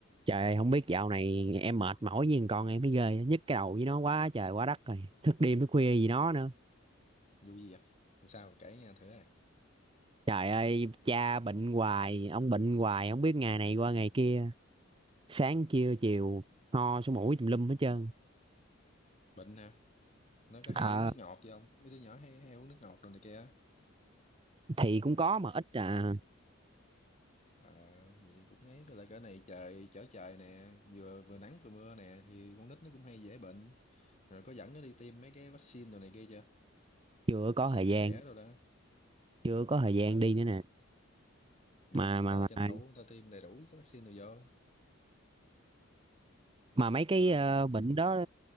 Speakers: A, on the right; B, on the left.
A: Trời không biết dạo này em mệt mỏi với thằng con em mới ghê nhức cái đầu với nó quá trời quá đất rồi thức đêm thức khuya gì nó nữa
B: vụ gì vậy sao kể nghe thử này
A: trời ơi cha bệnh hoài ông bệnh hoài không biết ngày này qua ngày kia sáng trưa chiều ho sổ mũi tùm lum hết trơn
B: bệnh hả nó có hay
A: ờ
B: uống nước ngọt vậy không mấy đứa nhỏ hay hay uống nước ngọt rồi này kia á.
A: thì cũng có mà ít à
B: à vậy cũng ấy với lại cái này trời chở trời nè vừa vừa nắng vừa mưa nè thì con nít nó cũng hay dễ bệnh rồi có dẫn nó đi tiêm mấy cái vaccine đồ này kia chưa
A: chưa
B: vaccine
A: có thời
B: cho
A: gian
B: trẻ rồi đó
A: chưa có thời gian
B: ờ
A: đi nữa nè
B: được
A: mà
B: thì
A: mà
B: người ta tranh
A: mà,
B: thủ người ta tiêm đầy đủ cái vaccine rồi vô
A: mà mấy cái
B: rồi
A: ờ, bệnh đó